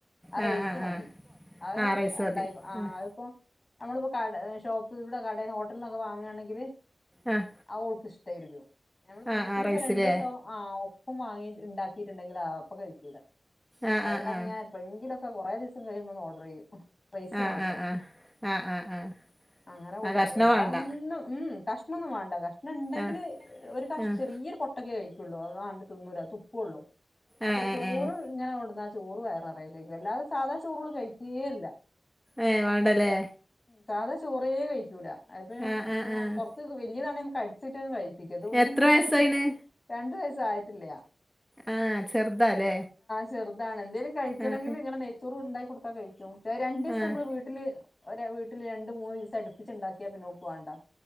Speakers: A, on the left; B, in the centre.
A: ആ
B: ആഹ്
A: റൈസും
B: ആഹ്
A: മതി
B: ആഹ്
A: അത്
B: ആഹ് റൈസ്
A: ഉണ്ടായി
B: മതി
A: ആ
B: ആഹ്
A: അതിപ്പോ നമ്മുടെ കട ഷോപ്പ് ഇവിടെ കടഓട് പെട്ടന്നൊക്കെ വാങ്ങുവാണങ്കില്
B: ആഹ്
A: അവ ഓൾക്ക് ഇഷ്ടായിരിക്കും ഞമ്മൾ വീട്ടിലിപ്പം
B: ആഹ് ആഹ് റൈസിലേ
A: രണ്ട് ദിസം ആ ഒപ്പം വാങ്ങി ഉണ്ടാക്കിയിട്ടുണ്ട് ഉണ്ടെങ്കിൽ ആ അപ്പം കഴിക്കൂല
B: ആഹ്
A: അത്
B: ആഹ്
A: കാരണം ഞാൻ എപ്പോഴ് എങ്കിലും ഇപ്പോ കുറേ ദിവസം കഴിയുമ്പോ ഒന്ന് ഓർഡർ ചെയ്യും റൈസ്
B: ആഹ്
A: മാത്രം
B: ആഹ് ആഹ് ആഹ് ആഹ് ആഹ്
A: അങ്ങനെ കൊടുക്കൂ
B: ആഹ് ആഹ് കഷ്ണം
A: അല്ലാതെ
B: വേണ്ട
A: ഒന്നും ഉം കഷ കഷ്ണം ഒന്നും വേണ്ട കഷ് പിന്ന ഉണ്ടെങ്കിൽ
B: ആഹ്
A: ഒരു കഷം
B: ആഹ്
A: ചെറിയൊരു പൊട്ടക്ക കഴി തൊന്നൂ അല്ലാടെ തിന്നുല തു പൊള്ളൂ
B: ഏഹ്
A: ദേ
B: ഏഹ്
A: ചോറ്
B: ഏഹ്
A: ഇങ്ങനെകൊണ്ടുവന്ന ചോറ് വയറു നിറയെ കഴിക്കും അല്ലാതെ സാധാ ചോറുകള് കഴിക്കുകേ ഇല്ല
B: ഏഹ് വേണ്ടല്ലേ
A: സാധാ ചോറേ കഴിക്കുല അപ്പം
B: ആഹ് ആഹ്
A: പിന്നെ
B: ആഹ്
A: കുറച്ച് വലിയതാണേൽ കടിച്ചിട്ടന്ന് വായി മിക്കതും ഒന്നും
B: എത്ര
A: ചെയ്യാൻ
B: വയസ്സായിണ്
A: പറ്റില്ല രണ്ട് ഏഹ് ആയിട്ടില്ല
B: ആഹ് ചെറുതാല്ലേ
A: ചെറുതാണെൻ എന്തേലും കഴിക്കണെങ്കിലിങ്ങെനെ
B: ആഹ്
A: നൈ ചോറുണ്ടാക്ക് കൊടു പ്പ കഴിച്ചൊ രണ്ടീസം
B: ആഹ് ആഹ്
A: മ്മള് വീട്ടില് ഒര വീട്ട് രണ്ട് മൂന്നീസട്പ്പിച്ചുണ്ടാക്കിയ പിന്നെ ഓക്ക് വാണ്ടാ